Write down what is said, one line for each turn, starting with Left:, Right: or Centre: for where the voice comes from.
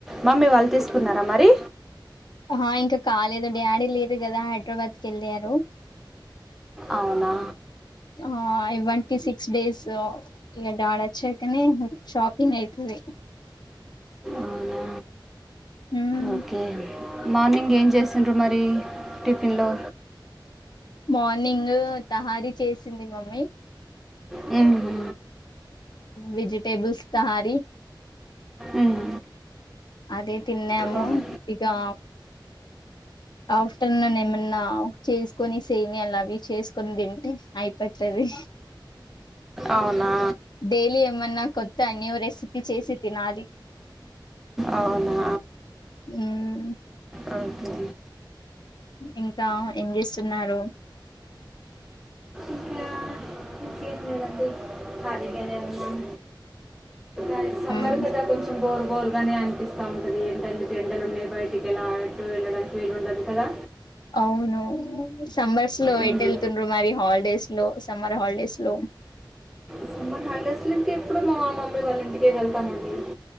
Centre: మమ్మీ వాళ్ళు తీసుకున్నారా మరి
Left: ఆ ఇంకా కాలేదు డాడీ లేరు కదా హైదరాబాద్కి వెళ్ళారు
Centre: అవునా
Left: ఆ ఇవన్కి సిక్స్ డేస్ ఇ డాడ వచ్చాకని షాపింగ్ అయితది
Centre: అవునా
Left: హ్మ్
Centre: ఓకే మార్నింగ్ ఏం చేసిండ్రు మరి టిఫిన్లో
Left: మార్నింగ్ తహారీ చేసింది మమ్మీ
Centre: హ్మ్మ్
Left: వెజిటెబల్స్ తహారి
Centre: ఉమ్,
Left: అదే తిన్నాాము
Centre: ఉమ్.
Left: ఇకా ఆఫ్టర్నూన్ ఏమన్నా చేసుకొని సేన్ అని అవి చేసు కొందింటి అయిపోతది
Centre: అవునా.
Left: డైలీ ఏమన్నా కొత్త న్యూ రెసిపీ చేసి తినాలి
Centre: అవునా
Left: హ్మ్మ్
Centre: అ ఓకే
Left: ఇంకా ఏం చేస్తున్నారు
Centre: ఇంకా క్రికెట్ మది కాలగానే ఉన్నాం అ సమ్మర్
Left: హ్మ్
Centre: గదా కొంచెం బోర్ బోర్గానే అనిపిస్తా ఉంటది ఎంటే చెండలు ఉన్నాయి బయటికి ఎలా ఆడట్టు వెళ్ళడానికి వీలు ఉండదు కదా
Left: అవును సమ్మర్స్ లో
Centre: ఉమ్,
Left: ఎట్ వెళ్తుండ్రు మరి హాలిడేస్ లో సమ్మర్ హాలిడేస్ లో
Centre: సమ్మర్ హాలిడేస్ ఇంకే ఎప్పుడు మా మమ్మీ వాళ్ళ ఇంటికే వెళ్తామండి